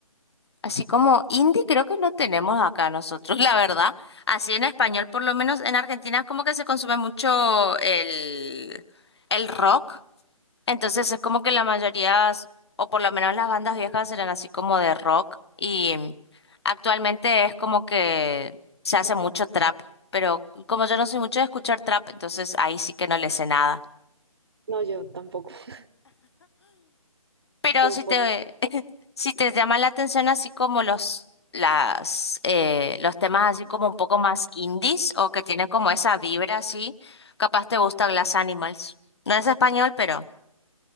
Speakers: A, on the left; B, on the right.
A: Así como indie creo que no tenemos acá nosotros, <laughs> la verdad. Así en español, por lo menos en Argentina es como que se consume mucho el, el rock. Entonces es como que la mayoría, o por lo menos las bandas viejas eran así como de rock. Y actualmente es como que se hace mucho trap. Pero como yo no soy mucho de escuchar trap, entonces ahí sí que no le sé nada.
B: No, yo tampoco, <laughs>
A: Pero
B: tampoco.
A: si te, <laughs> si te llama la atención así como los, las, eh, los temas así como un poco más indies o que tienen como esa vibra así, capaz te gusta Glass Animals. No es español, pero...